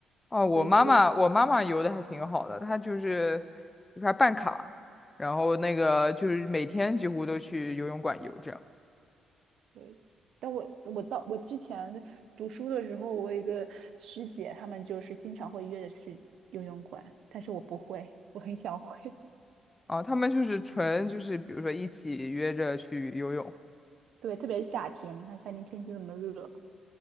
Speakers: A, on the left; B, on the right.
A: 哦，我妈妈，
B: 所以就是
A: 我妈妈游的还挺好的，她就是就是还办卡，然后那个就是每天几乎都去游泳馆游这样。
B: 对，但我我到我之前读书的时候，我有一个师姐，她们就是经常会约着去游泳馆，但是我不会，我很想会。
A: 啊，他们就是纯就是比如说一起约着去游泳，
B: <laughs> 对，特别是夏天，你看夏天天气那么热，